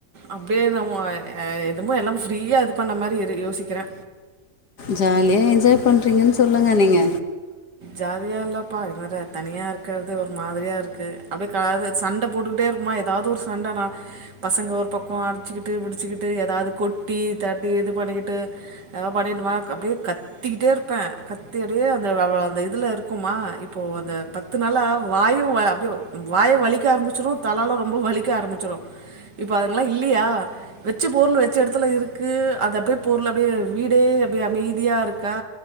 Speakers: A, on the right; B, on the left.
A: அப்டியே ந அ எதுமோ எல்லா ஃப்ரீயா இது பண்ண மாரி யோசிக்கிறே
B: ஜாலியா என்ஜாய் பண்ணுறீங்கன்னு சொல்லுங்கள் நீங்க
A: ஜாலியா இல்லப்பா இது வேற தனியா இருக்கறதே ஒரு மாதிரியா இருக்கு அப்டியே காது சண்டை போட்டுக்கிட்டே இருப்பமா ஏதாவது ஒரு சண்டைனா பசங்க ஒரு பக்கோ அடிச்சுக்கிட்டு புடிச்சுக்கிட்டு ஏதாவது கொட்டி தட்டி இது பண்ணிக்கிட்டு எ பண்ணிடுமா அப்டியே கத்திக்கிட்டே இரு வப்பே கத்தி அடியே அந்த அ அந்த இதுல இருக்குமா இப்போ அந்த பத்து நாளா வாயு அப்டியே வாயு வலிக்க ஆரம்பிச்சிரு தலாலா ரொம்ப வலிக்க ஆரம்பிச்சிரு இப்ப அதுங்கெல்லா இல்லையா வெச்சு பொருள் வச்ச இடத்துல இருக்கு அது அப்டியே பொருள் அப்டியே வீடே அப்டியே அமைதியா இருக்கா